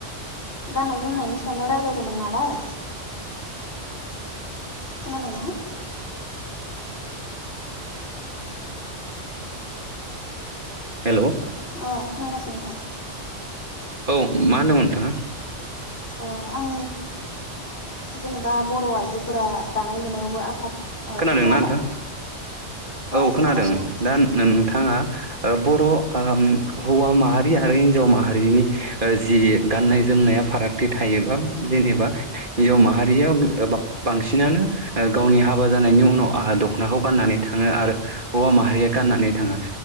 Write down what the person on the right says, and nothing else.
हेल'
औ मा होनदोंमोन नोंथाङा
खोनादोंना
नोंथां औ
खोनादों
दा नो नोंथाङा बर' आम हौवा माहारि आरो हिन्जाव माहारिनि ओ जि गाननाय जोमनाया फारागथि थायो एबा जेनेबा हिजाव माहारियाव एबा बांसिनानो गावनि हा हाबा जानायनि उनाव आंहा दख'नाखौ गाननानै थाङो आरो हौवा माहारिया
गाननानै थाङङा